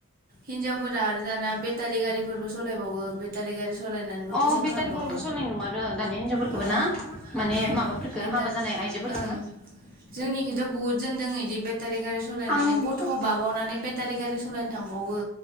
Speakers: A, on the right (about 45°); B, in the centre.
A: हिनजावफोरा आरो दाना बे टारि गारिफोरबो सलायबावो बेटारि गारि सलायनानैबो
B: अ
A: फैसा
B: बेटारि
A: खामायबावो
B: गारिबो सालायनाय नङारो दानि हिनजावफोरखौबो
A: ओं
B: ना माने
A: ओं
B: माबाफोरखो
A: बेता
B: हाबा जानाय
A: ओं
B: आइजोफोरखो
A: जोंनिखिथ' बुहुद जोनदों इदि बेटारि गारि सालायनानै
B: आं
A: गथ' बाबावनानै बे टारि गारि सलायनो थांबावो